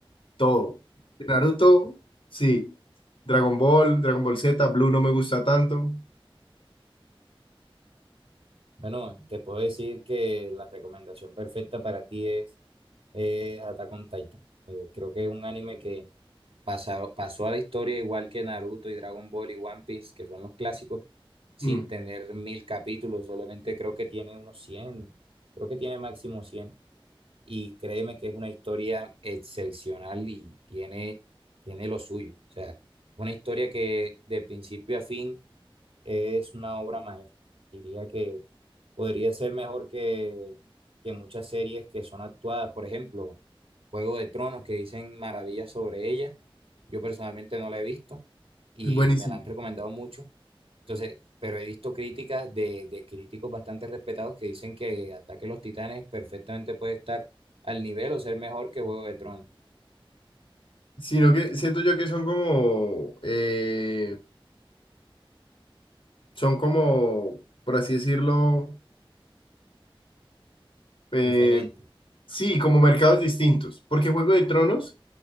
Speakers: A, on the left; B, on the right.
A: todo. De Naruto, sí. Dragon Ball, Dragon Ball Z, Blue no me gusta tanto.
B: Bueno, te puedo decir que la recomendación perfecta para ti es eh, Attack on Titan. Eh, creo que es un anime que pasa- pasó a la historia igual que Naruto y Dragon Ball y One Piece, que son los clásicos, sin
A: Mm,
B: tener mil capítulos, solamente creo que tiene unos cien creo que tiene máximo cien Y créeme que es una historia excepcional y tiene, tiene lo suyo. O sea, una historia que de principio a fin es una obra maestra. Diría que podría ser mejor que, que muchas series que son actuadas, por ejemplo, Juego de Tronos, que dicen maravillas sobre ella yo personalmente no la he visto y
A: buenísimo.
B: me la han recomendado mucho. Entonces, pero he visto críticas de, de críticos bastante respetados que dicen que Ataque a los Titanes perfectamente puede estar al nivel o ser mejor que Juego de Tronos.
A: Sino que siento yo que son como... eh, Son como, por así decirlo, eh,
B: Diferente,
A: sí, como mercados distintos, porque Juego de Tronos,